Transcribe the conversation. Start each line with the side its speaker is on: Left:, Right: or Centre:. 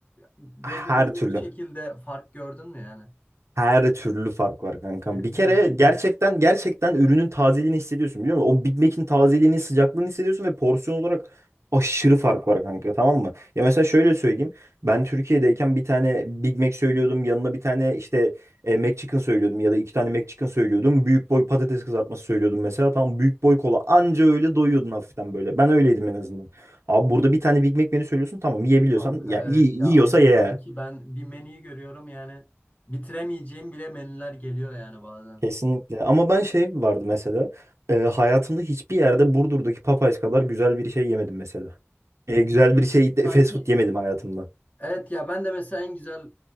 Left: gözle
Right: Her
Left: görülür
Right: türlü.
Left: bir şekilde fark gördün mü yani?
Right: Her türlü fark var kankam.
Left: <laughs> Ciddi
Right: Bir kere
Left: misin?
Right: gerçekten gerçekten ürünün tazeliğini hissediyorsun biliyor musun? O Big Mac'in tazeliğini, sıcaklığını hissediyorsun ve porsiyon olarak aşırı fark var kanka tamam mı? Ya mesela şöyle söyleyeyim. Ben Türkiye'deyken bir tane Big Mac söylüyordum. Yanına bir tane işte e, McChicken söylüyordum ya da iki tane McChicken söylüyordum. Büyük boy patates kızartması söylüyordum mesela. Tam büyük boy kola anca öyle doyuyordun hafiften böyle. Ben öyleydim en azından. Abi burada bir tane Big Mac menü söylüyorsun tamam yiyebiliyorsan
Left: Kanka
Right: ya
Left: evet
Right: iyi
Left: ya
Right: yiyorsa
Left: Amerika'daki
Right: ye.
Left: ben bir menüyü görüyorum yani bitiremeyeceğim bile menüler geliyor yani bazen.
Right: Kesinlikle. Ama ben şey vardı mesela. e, hayatımda hiçbir yerde Burdur'daki Popeyes kadar güzel bir şey yemedim mesela. E, güzel bir şey de-
Left: Sanki
Right: fast food yemedim hayatımda.
Left: evet ya ben de mesela en güzel